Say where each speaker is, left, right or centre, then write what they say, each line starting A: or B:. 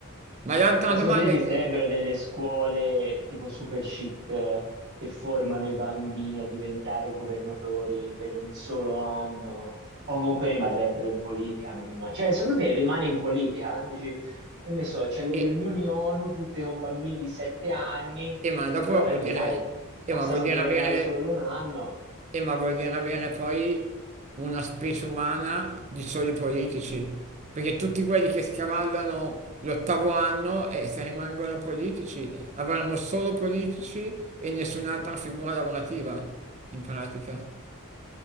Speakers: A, on the right (about 35°); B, on the right (about 55°).
A: Ma l'altra
B: Ma
A: domanda
B: secondo te esisterebbero
A: è che...
B: delle scuole tipo super chic eh, che formano i bambini a diventare governatori per un solo anno? O comunque rimarrebbero in politica, mi immagino. Cioè, secondo te rimane in politica? Dici, che ne so, c'è le
A: E,
B: riunioni ONU tutte con bambini di sette anni,
A: e ma dopo
B: però, eh,
A: vuol
B: vedrai,
A: dire...
B: possano
A: E ma vuol dire
B: governare
A: avere
B: solo un anno.
A: Eh, ma vuol dire avere poi una specie umana di soli politici, perché tutti quelli che scavallano l'ottavo anno e eh, se rimangono politici avremo solo politici e nessun'altra figura lavorativa, in pratica.